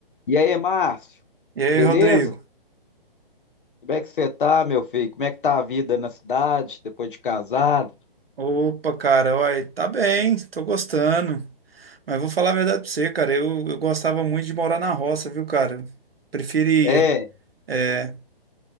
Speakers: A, on the left; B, on the right.
A: E aí, Márcio,
B: E aí,
A: beleza?
B: Rodrigo?
A: Como é que você tá, meu filho? Como é que tá a vida na cidade depois de casado?
B: Opa, cara, olha, tá bem, tô gostando. Mas vou falar a verdade pra você, cara. Eu, eu gostava muito de morar na roça, viu, cara? Preferia.
A: É,
B: É.